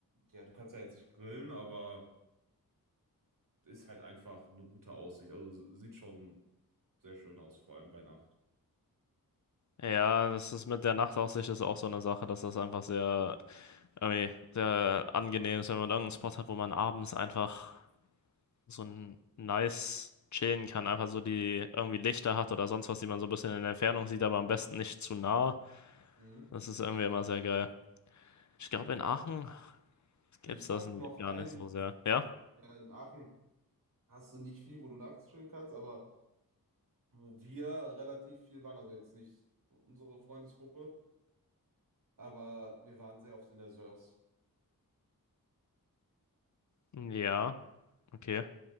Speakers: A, on the right; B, on the left.
A: ja, du kannst ja jetzt nicht grillen, aber ist halt einfach eine gute Aussicht. Also sieht schon sehr schön aus, vor allem bei Nacht.
B: Ja, das ist mit der Nachtaussicht ist auch so eine Sache, dass das einfach sehr, irgendwie sehr angenehm ist, wenn man irgendeinen Spot hat, wo man abends einfach so ein nice chillen kann, einfach so die irgendwie Lichter hat oder sonst was, die man so ein bisschen in der Entfernung sieht, aber am besten nicht zu nah.
A: Mhm.
B: Das ist irgendwie immer sehr geil. Ich glaube,
A: Ähm,
B: in Aachen
A: wa-
B: gibt's
A: also ich
B: das
A: habe noch
B: gar
A: einen,
B: nicht so sehr. Ja?
A: ja, in Aachen hast du nicht viel, wo du nachts chillen kannst, aber wo wir relativ viel waren, also jetzt nicht unsere Freundesgruppe. aber wir waren sehr oft in der Sörs.
B: Ja, okay.